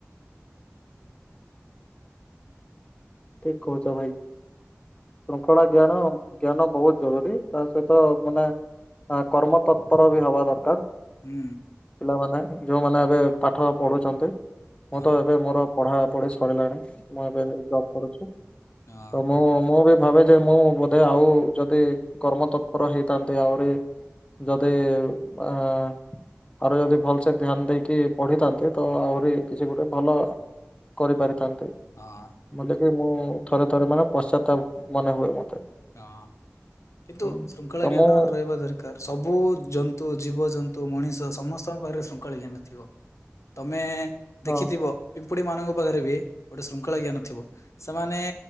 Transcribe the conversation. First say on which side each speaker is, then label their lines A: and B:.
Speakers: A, on the left; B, on the left.
A: ଠିକ୍ କହୁଛ ଭାଇ। ଶୃଙ୍ଖଳା ଜ୍ଞାନ ଜ୍ଞାନ ବହୁତ ଜରୁରୀ ତା ସହିତ ମାନେ କର୍ମ ତତ୍ପର ବି ହବା ଦରକାର।
B: ହୁଁ।
A: ପିଲାମାନେ ଯୋଉମାନେ ଏବେ ପାଠ ପଢୁଛନ୍ତି ମୁଁ
B: ହଁ।
A: ତ ଏବେ ମୋର ପଢ଼ା ପଢ଼ି ସରିଲାଣି ମୁଁ ଏବେ ଜବ୍ କରୁଛି ତ
B: ହଁ
A: ମୁଁ ମୁଁ ଏବେ ଭାବୁଛି ମୁଁ ବୋଧେ ଆଉ ଯଦି କର୍ମ ତତ୍ପର ହେଇଥାନ୍ତି ଆହୁରି ଯଦି ଆଁ ଆହୁରି ଯଦି ଭଲସେ ଧ୍ୟାନ ଦେଇକି ପଢିଥାନ୍ତି ତ ଆହୁରି କିଛି ଗୋଟେ ଭଲ କରିପାରିଥାନ୍ତି।
B: ହଁ।
A: ବୋଲେ କି ମୁଁ ଥରେ ଥରେ ମାନେ ପଶ୍ଚ ମନେ ହୁଏ ମତେ
B: ହଁ କିନ୍ତୁ
A: ହୁଁ
B: ଶୃଙ୍ଖଳା
A: ତ
B: ଜ୍ଞାନ
A: ମୁଁ
B: ରହିବା ଧର ସବୁ ଜନ୍ତୁ ଜୀବଜନ୍ତୁ ମଣିଷ ସମସ୍ତଙ୍କ ପାଖରେ ଶଙ୍ଖଳ ଜ୍ଞାନ ଥିବ। ତମେ
A: ହଁ
B: ଦେଖିଥିବ ପିମ୍ପୁଡି ମାନଙ୍କ ପାଖରେ ବି ଗୋଟେ ଶୃଙ୍ଖଳା ଜ୍ଞାନ ଥିବ। ସେମାନେ